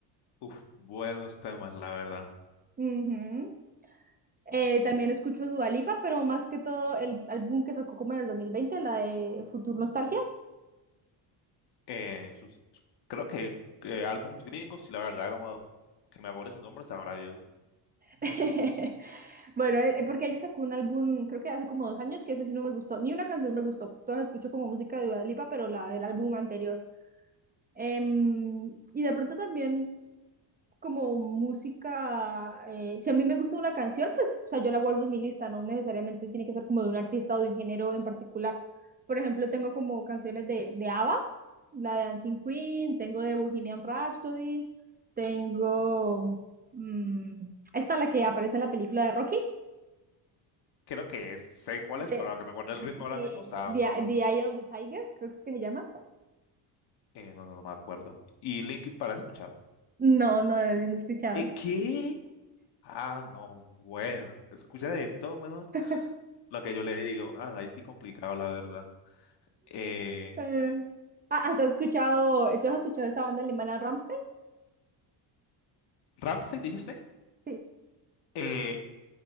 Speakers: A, on the left (about 60°); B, on the right (about 20°).
A: Uf, buenos temas, la verdad.
B: Ujú. Eh, también escucho Dua Lipa, pero más que todo el álbum que sacó como en el 2020, la de Future Nostalgia.
A: eh, sus, creo que eh, álbums gringos, y la verdad, como que me acuerde su nombre, sabrá Dios.
B: <laughs> Bueno, eh, porque ella sacó un álbum, creo que hace como dos años, que ese sí no me gustó. Ni una canción me gustó. Todas escucho como música de Dua Lipa, pero la del álbum anterior. Em, y de pronto también. como música, eh, si a mí me gusta una canción, pues, o sea, yo la guardo en mi lista, no necesariamente tiene que ser como de un artista o de un género en particular. Por ejemplo, tengo como canciones de, de ABBA, la de Dancing Queen, tengo de Bohemian Rhapsody, tengo mm, esta la que aparece en la película de Rocky,
A: Creo que es, sé cuál
B: de,
A: es, pero a que me acuerde
B: de-
A: el ritmo ahora mismo, o sea,
B: de-
A: no me acuerdo.
B: The Eye of the Tiger, creo que es que se llama.
A: Eh, no, no, no me acuerdo. ¿Y Linkin Park has escuchado?
B: No, no, yo no he escuchado.
A: ¿Eh, qué? Ah, no, bueno, escucha de todo menos
B: <laughs>
A: lo que yo le digo. Ah, no, ahí sí complicado, la verdad. Eh,
B: Eh, ah, ¿has escuchado, tú has escuchado esta banda alemana Rammstein?
A: ¿Rammstein dijiste?
B: Sí.
A: Eh,